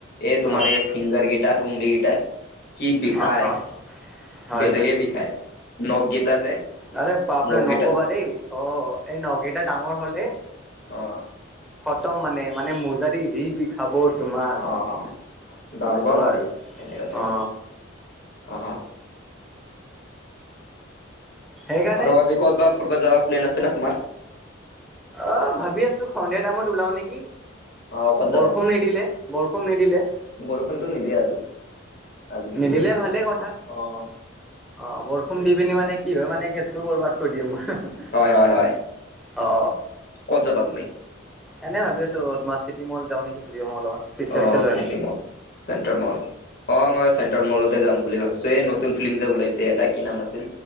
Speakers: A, on the left (about 50°); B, in the centre.
A: এই তোমাৰ
B: অ
A: এই ফিংগাৰ কেইটাত উঙলি কেইটাত <unintelligible> কি বিষায়
B: অ অ হয়
A: বেলেগে
B: হয়
A: বিষায় <unintelligible> গীতা যে
B: আৰে বাপৰে
A: নখ
B: নকবা
A: গীতা
B: দেই অ। <unintelligible> এই নখকেইটা ডাঙৰ হ'লে
A: অ',
B: খতম মানে-মানে মোজা যি বি <unintelligible> খাব তোমাৰ
A: অ', দাউৰবা
B: নোকোৱাৰ
A: নোৱাৰি এনেকা টাইমত
B: অ
A: অ
B: সেইকাৰণে
A: আৰু আজি ক'ত বা ফুৰিব যাব প্লেন আছে না তোমাৰ
B: অ ভাবি আছো সন্ধিয়া টাইমত ওলাও নেকি
A: অ', ক'ত
B: বৰষুণ নিদিলে বৰষুণ নিদিলে
A: বৰষুণটো নিদে আজো আজি
B: নিদিলে ভালে কথা
A: অ'।
B: অ বৰষুণ দি পিনি মানে কি হয় মানে কেচটোও বৰবাদ কৰি দিম মই
A: হয় হয় হয়
B: অ
A: ক'ত যাবা তুমি
B: এনে ভাবি আছো তোমাৰ চিটি মল যাওঁ নেকি ফুৰি আহো অলপমান পিকচাৰ
A: অ
B: চিকচাৰ লৈ
A: চিটি মল চেণ্ট্ৰেল মল অ মই চেন্ট্ৰেল মলতে যাম বুলি ভাবিছো এই নতুন ফিল্ম যে ওলাইছে এটা কি নাম আছিল